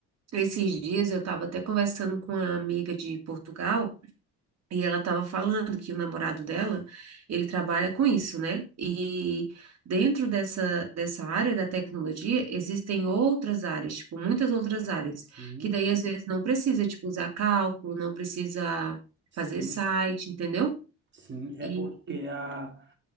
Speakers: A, on the right; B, on the right.
A: Esses dias eu estava até conversando com uma amiga de Portugal e ela estava falando que o namorado dela, ele trabalha com isso, né? E dentro dessa, dessa área da tecnologia, existem outras áreas, tipo, muitas outras áreas,
B: Sim,
A: que daí às vezes não precisa, tipo, usar cálculo, não precisa
B: sim,
A: fazer site, entendeu?
B: sim. É
A: E
B: porque a,